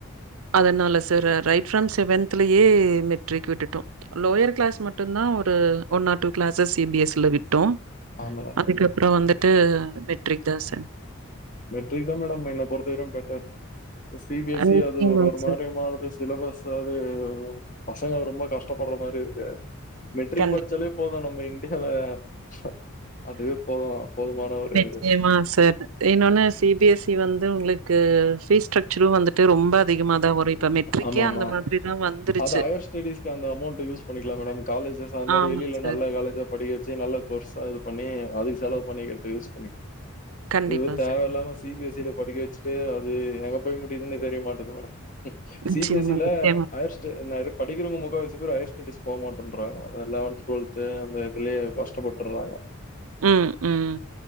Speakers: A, on the right (about 80°); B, on the left (about 40°).
A: அதனால சார் ரைட் ஃபார்ம் செவன்த்துலயே மெட்ரிக் விட்டுட்டோம் லோவர் கிளாஸ் மட்டும் தா ஓரு one or two classes C B S இல விட் டோம்
B: ஆ மேடம்
A: அதுக்கப்றோ வந்து ட்டு மெட்ரிக் தா சார்
B: மெட்ரிக் தா மேடம் என்ன பொருத்தவரைக்கும் better C B S C
A: நிச்சயமா
B: அது ஒரு ஒரு
A: சார்.
B: மாரி மாறுது சிலபஸ் அது பசங்க ரொம்ப கஷ்டப்படுற மாரி இருக்கு மெட்ரிக்
A: கண்டிப்பா.
B: படிச்சாலே போதும் நம்ம <unintelligible> அதுவே போதும் போதுமான ஒரு
A: நிச்சயமா சார் இன்ன ஒன்னு சி பி எஸ் சி வந்து உங்களுக்கு பீஸ் ஸ்ட்ரக்சரும் வந்துட்டு ரொம்ப அதிகமா தா வரும் இப்ப மெட்ரிக்கே
B: ஆமா ஆமா
A: அந்த மாதிரி தான் வந்துருச்சு.
B: அது ஹையர் ஸ்டெஸ்க்கு அந்த அமௌண்ட் யூஸ் பண்ணிக்கலாம் மேடம் காலேஜஸ் அந்த மாரி
A: ஆமா
B: வெளில
A: சார்.
B: நல்ல காலேஜா படிக்க வச்சு நல்ல கோர்ஸா இது பண்ணி அதுக்கு செலவு பண்ணிக்கறத்துகு யூஸ் பண்ணிக்லா
A: கண்டிப்பா
B: இது தேவையில்லாம
A: சார்.
B: சி பி எஸ் சி ல படிக்க வச்சுட்டு அது எங்க போய் முடியுதுன் தெரிய மாட்டிது madam
A: நிச்சயமா,
B: C B S C ல
A: நிச்சயமா.
B: ஹயர்ஸ்டு இந்நேர படி சீக்கரமா முக்காவாசி பேர் ஹயர்ஸ் ஸ்டெடிஸ் போ மாட்டேன்றாங்க லெவன் டுவல்து அந்த இதுலயே கஷ்டப்பட்டுறாங்க
A: ம் ம்